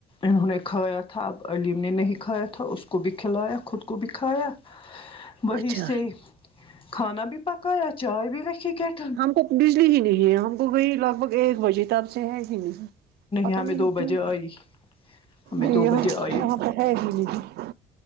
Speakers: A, on the left; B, on the right.
A: انہوں نے کھایا تھا اب علیم نے نہیں کھایا تھا اس کو بھی کھلایا خود کو بھی کھایا وہی
B: اچھا
A: سے کھانا بھی پکایا چائے بھی رکھی گ
B: ہم تو بجلی ہی نہیں ہے ہم کو وہی لگ بھگ ایک بجے تب سے ہے ہی نہیں پت
A: ہمیں
B: نہیں
A: دو
B: کیوں
A: بجے آئی ہمیں
B: ج
A: دو بجے آئی
B: وہاں پ ہے گ ددی <inaudible>